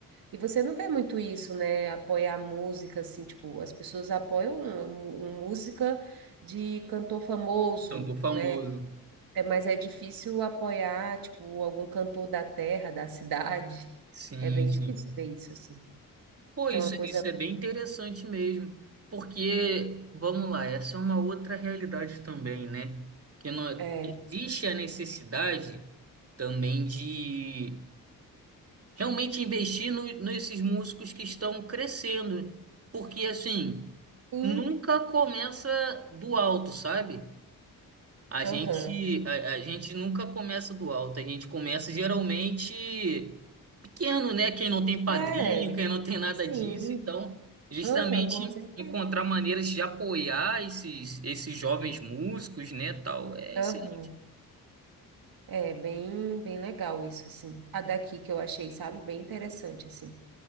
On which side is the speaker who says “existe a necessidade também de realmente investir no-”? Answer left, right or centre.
Right